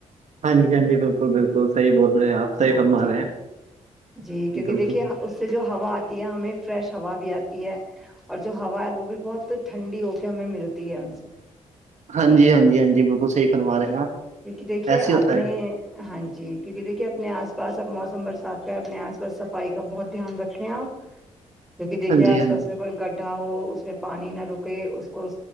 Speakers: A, on the right; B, in the centre.
A: ہاں جی ہاں جی بالکل بالکل صحیح بول رہے ہیں آپ صحیح
B: ہاں
A: فرما
B: جی
A: رہے ہیں
B: جی کیونکہ
A: بالکل
B: دیکھیے اس سے جو ہوا آتی ہے ہمیں فریش ہوا بھی آتی ہے اور جو ہوا ہے وہ بھی بہت ٹھنڈی ہو کے ہمیں ملتی ہے ہم سے
A: ہاں جی ہاں جی ہاں جی بالکل صحیح فرما رہے ہیں آپ
B: کیونک دیکھیے
A: ایسے ہی ہوتا
B: آپ
A: ہے
B: نے ہاں جی کیونکہ دیکھیے اپنے آس پاس اب موسم برسات اپنے آس پاس صفائی کا بہت دھیان رکھیں آپ کیونکہ دیکھیے
A: ہاں جی
B: آس
A: ہاں
B: پاس میں کوئی گڈھا ہو اس میں پانی نہ رکے اس کو